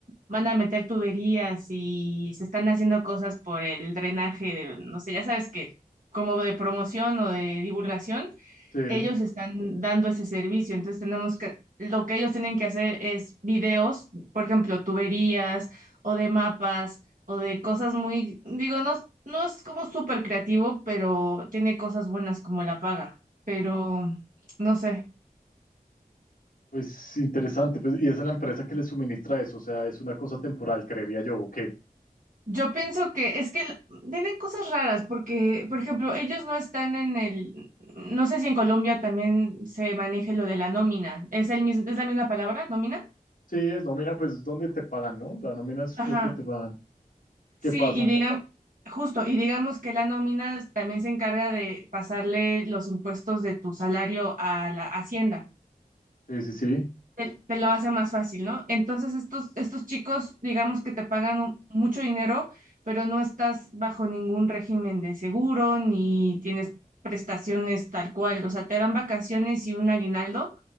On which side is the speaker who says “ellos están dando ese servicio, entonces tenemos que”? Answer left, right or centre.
Right